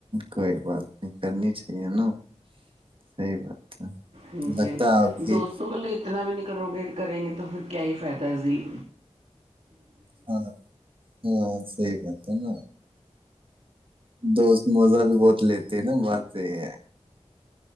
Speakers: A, on the right; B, on the right.
A: کوئی بات نہیں کرنی چاہیے نا صحی بات ہے
B: ہ جی
A: لگتا
B: ہ
A: ہے آپ کی
B: دوستوں گلے اتنا بھی نہیں کرو گے کریں گے تو پھر کیا ہی فائدہ ہے اسی
A: ہاں ہاں سی بات ہے ن دوست مزہ بھی بہت لیتے ہیں نا مارتے ہیں